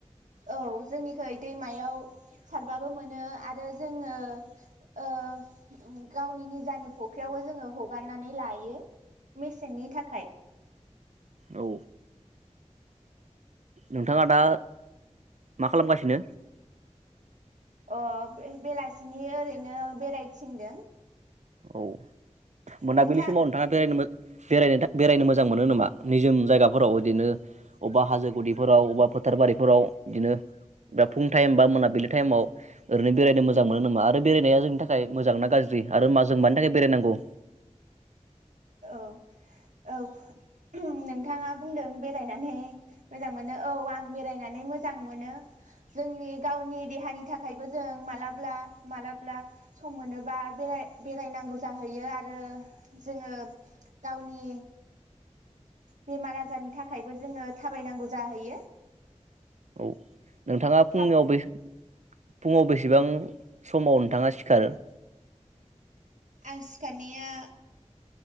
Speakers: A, on the right; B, on the right.
A: औ जोंनिखै दैमायाव सारबाबो मोनो आरो जों ओ ओ उम गावनि निजानि फुख्रियावबो जोङो हगारनानै लायो मेसेंनि थाखाय।
B: औ। नोंथाङा दा मा खालामगासिनो?
A: अ बे बेलासि सिनि ओरैनो बेेराय थिंदों।
B: औ मोनाबिलि
A: नोंथां
B: समाव नोंथाङा बेरायनो मोजां बेरायनो बेरायनो मोजां मोनो नामा निजोम जायगाफोराव इदिनो अबेबा हाजो गुदिफोराव अबा फोथार बारिफोराव बिदिनो बा फुं टाइम बा मोनाबिलि टाइमाव ओरैनो बेरायनो मोजां मोनो नामा आरो बेरायनाया जोंनि थाखाय मोजां ना गाज्रि? आरो मा जों मानि थाखाय बेरायनांगौ।
A: औ। औ नों थाङा बुंदों बेरायनानै मोजां मोनो औ आं बेरायनानै मोजां मोनो जोंनि गावनि देहानि थाखायबो जों मालाब्ला मालाब्ला सम मोनोबा बेराय बेरायनांगौ जाहैयो आरो जोङो। गावनि बेमार आजारनि थाखायबो जोङो थाबायनांगौ जाहैयो।
B: औ। नोंथाङा फुंनियाव
A: थाब
B: बे फुङाव बेसेबां समाव नोंथाङा सिखारो।
A: आं सिखारनाया।